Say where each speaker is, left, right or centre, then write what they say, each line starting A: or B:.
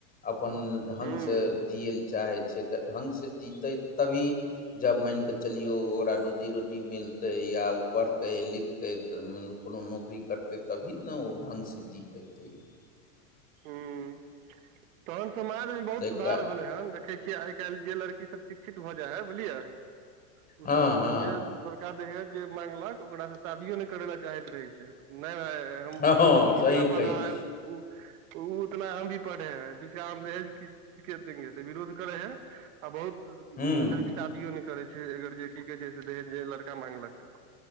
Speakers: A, on the left; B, on the right.
A: अपन ढंसँ
B: हूँ
A: जिययै लए चाहै छै तऽ ढङ्गसँ जीतै तभी जब मनि कऽ चलियौ ओकरा रोजी रोटी मिलतै या ओ पढ़तै लिखतै तऽ कोनो नौकरी करतै तभी ने ओ ढङ्गसँ जी पएतै यौ
B: ह तहन समाज मे
A: ताहिके
B: बहुत सुधार भेलै हन देख देखै छियै आइ काल्हि जे लड़की सब शिक्षित भऽ जाइ है बुझलिये ओ
A: हँ
B: सब
A: हँ
B: जे देहज जे मांगलक ओकरा से शादियो नहि करे लए चाहैत रहे छै नहि भाय
A: हँ
B: हम भी जितना
A: सही कहै
B: पढ़ा
A: छी
B: है ओ ओ उतना हम भी पढ़े हैं जिसका हम दहेज किस चीज के देंगे तऽ विरोध करे हैं ह बहुत
A: हूँ
B: शादियो नहि करै छै अगर जे की कहै छैे जे लड़का माग लक तऽ